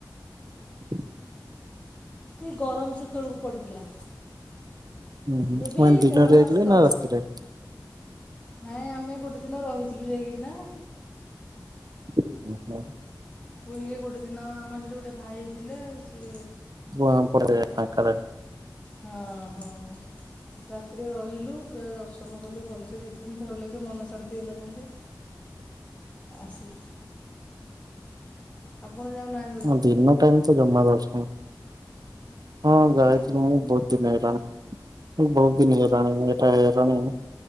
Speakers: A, on the right; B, on the left.
A: ହ
B: କି ଗରମ ସେତବେଳକୁ ପଡ଼ିଥିଲା।
A: ହୁଁ ହୁଁ
B: ଏବେ
A: ମାନ ଦିନରେ
B: ଦେଢ଼ ମାସ
A: ଯଇଥିଲେ
B: ତଳେ
A: ନା ରାତିରେ।
B: ନାଇଁ ଆମେ ଗୋଟେ ଦିନ ରହିଥିଲୁ ଯାଇକି ନା।
A: <inaudible>
B: ପୁରୀରେ ଗୋଟେ ଦିନ ଆମର ସେଠି ଗୋଟେ ଭାଇ ଥିଲେ ସି
A: <unintelligible> <inaudible>
B: ହଁ ହଁ ରାତିରେ ରହିଲୁ ପୁରା ଦର୍ଶନ କଲୁ ଭଲସେ ର ତିନିଥର ଲେଖେ ମନ ଶାନ୍ତି ହେଲା ଯାଙ୍ଗେ ଆସି ଆପଣ ଯାଉନାନ୍ତ।
A: ଦିନ ଟାଇମ ତ ଜମା ଦର୍ଶନ ହଁ ଯାଇଥିଲୁ
B: ଆଜ୍ଞା।
A: ମୁ ବହୁତ <unintelligible> ବୋହୁତ ଦିନ ହେଲାଣି ଏଇଟା ହେଇଲାଣି